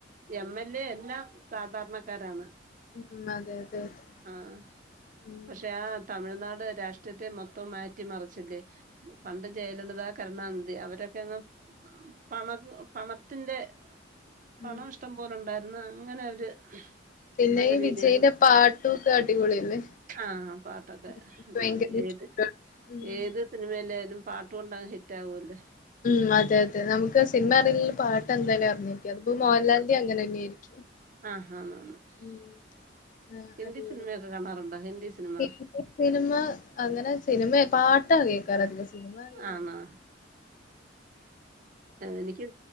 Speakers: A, on the right; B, on the left.
A: എം എൽ എ എല്ലാം സാധാരണക്കാരാണ്
B: ഉം അതെ അതെ അതെ.
A: ആഹ്
B: ഉം
A: പക്ഷെ ആ തമിഴ്നാട് രാഷ് ത്തെ മൊത്തം മാറ്റിമറിച്ചില്ലേ പണ്ട് ജയലളിത കരുണാനിധി അവരൊക്കെ പ പണത്തിൻ്റെ പണം
B: ആഹ്
A: ഇഷ്ടം പോലെ ഉണ്ടാ അന്ന അങ്ങനെ അവര്
B: പിന്നെ
A: നല്ല
B: ഈ
A: രീതിൽ
B: വിജയിന്റെ പാട്ടുംക്കെ അടിപൊളിയല്ലേ
A: ആഹ് പാട്ടൊക്കെ
B: എനിക്ക്
A: അടിപൊളി
B: ഭയങ്കര ഇഷ്ട
A: ഏത്
B: ഉം
A: ഏത് സിനിമയിലായാലും പാട്ട് കൊണ്ടങ്ങ് ഹിറ്റ് ആകുമല്ല
B: ഉം അതെ അതെ നമുക്ക് സിനിമ അറില പാ എന്താല അറിഞ്ഞിരിക്കും അത് പ്പോ മോഹൻലാലിന്റെ അങ്ങന തന്നെയായിരിക്കും
A: ആഹ <unintelligible>
B: ഉം ആ
A: ഹിന്ദി
B: അടിപൊളി
A: സിനിമയൊക്കെ കാണറുണ്ട ഹിന്ദി സിനിമ
B: <unintelligible> സിനിമ അങ്ങനെ സിനിമയ പാട്ടാ കേക്കാർ അധികം സിനിമ അറി <unintelligible>
A: ആണോ എനിക്ക്